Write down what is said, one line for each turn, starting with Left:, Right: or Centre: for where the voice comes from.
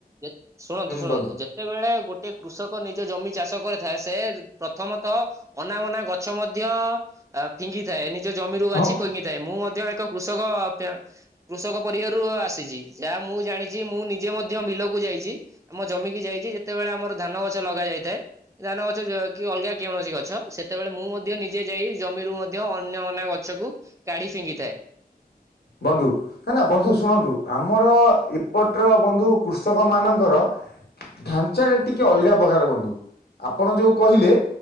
Right: ଏ ଶୁଣନ୍ତୁ
Left: ହୁଁ
Right: ଶୁଣନ୍ତୁ
Left: ବନ୍ଧୁ
Right: ଯେତେବେଳେ ଗୋଟେ କୃଷକ ନିଜ ଜମି ଚାଷ କରିଥାଏ ସେ ପ୍ରଥମତଃ ଅନା ବନା ଗଛ ମଧ୍ୟ ଅ, ଫିଙ୍ଗିଥାଏ ନିଜ ଜମିରୁ ବାଛି
Left: ହଁ
Right: ଫିଙ୍ଗିଥାଏ। ମୁଁ ମଧ୍ୟ ଏକ କୃଷକ ତେଁ- କୃଷକ ପରିବାରରୁ ଆସିଛି। ଯାହା ମୁଁ ଜାଣି ଜି ମୁଁ ନିଜେ ମଧ୍ୟ ବିଲକୁ ଯାଇଛି, ଆମ ଜମିିକି ଯାଇଛି, ଯେତେବେଳେ ଆମର ଧାନ ଗଛ ଲଗା ଯାଇଥାଏ। ଧାନ ଗଛ ଯ-କି ଅଲଗା କେଉଣସି ଗଛ ସେତେବେଳେ ମୁଁ ମଧ୍ୟ ନିଜେ ଯାଇ ଜମିରୁ ମଧ୍ୟ ଅନ୍ୟ ଅନା ଗଛକୁ କାଢି ଫିଙ୍ଗି ଥାଏ।
Left: ବନ୍ଧୁ କାଇଁ ନା ବନ୍ଧୁ ଶୁଣନ୍ତୁ ଆମର ଏପଟ ର ବନ୍ଧୁ କୃଷକ ମାନଙ୍କର ଢାଞ୍ଚା ଟା ଟିକେ ଅଲଗା ପ୍ରକାର ବନ୍ଧୁ। ଆପଣ ଯୋଉ କହିଲେ